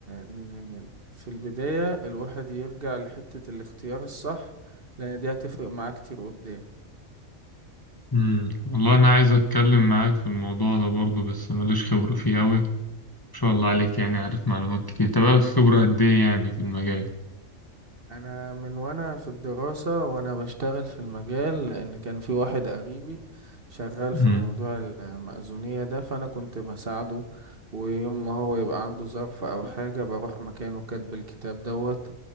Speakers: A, on the right; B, on the left.
A: ن... في البداية الواحد يرجع لحتة الاختيار الصح لان دي هتفرق معاه كتير قدام
B: امم والله انا عايز اتكلم معاك في الموضوع ده برضه بس ماليش خبرة فيه قوي ما شاء الله عليك يعني عارف معلومات كتير انت بقالك خبرة قد ايه يعني في المجال
A: انا من وانا في الدراسة وانا بشتغل في المجال لان كان في واحد قريبي شغال
B: امم
A: في موضوع المأذونية ده فانا كنت بساعده ويوم ما هو يبقى عنده ظرف او حاجة بروح مكانه كاتب الكتاب دوت